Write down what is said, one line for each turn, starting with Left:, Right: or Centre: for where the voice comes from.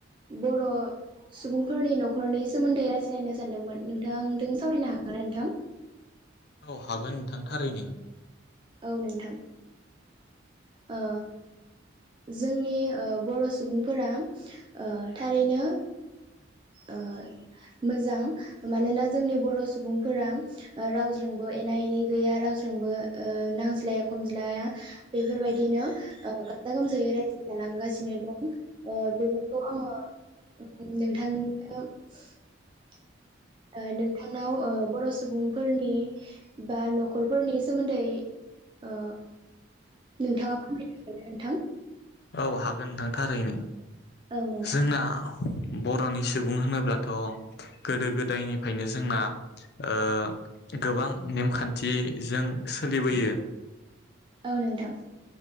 Right: बर' सुबुंफोरनि न'खरनि सोमोन्दै रायज्लायनो सानदोंमोन नोंथांजों सावरायनो हागोन ना नोंथां?
Left: औ हागोन नोंथां थारैनो।
Right: औ नोंथां ओ जोंनि ओ बर' सुबुंफोरा ओ थारैनो ओ मोजां मानोना जोंनि बर' सुबुंफोरा ओ रावज्रोंबो एना एनि गैया रावज्रोंबो ओ नांज्लाया खमज्लाया बेफोरबायदिनो ओ गाजा गोमजायै रायजो जालांगासिनो दं ओ बेफोरखौ आङो नोंथां <unintelligible> ओ नोंथांनाव ओ बर' सुबुंफोरनि बा न'खरफोरनि सोमोन्दै ओ नोंथाङा फोरमायनो हागोन ना नोंथां?
Left: औ हागोन नोंथां थारैनो।
Right: ना नोंथां
Left: जोंना बर'नि सुबुं होनोब्लाथ' गोदो गोदायनिफ्रायनो जोंना ओ गोबां नेमखान्थिजों सोलिबोयो।
Right: औ नोंथां।